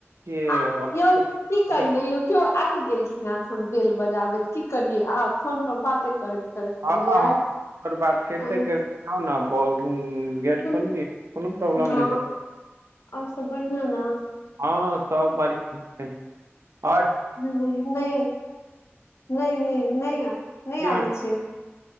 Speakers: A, on the right; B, on the left.
A: छियै
B: आ यौ की करियै यौ केओ आबि गेलखिन एखन बेल बजाबैत की करियै आब फोन पर बाते करैत करैत
A: हँ
B: करियै
A: हँ ओकर बात करिते
B: आय
A: करिते जौ न गेट
B: कोन
A: खोल दियौ कोनो प्रॉब्लम
B: हँ
A: नहि छै
B: आओर सब बढ़िआँ ने
A: हँ सब बढ़िया आओ
B: नहि नहि नहि नहि नहि नहि
A: केओ
B: आबै छै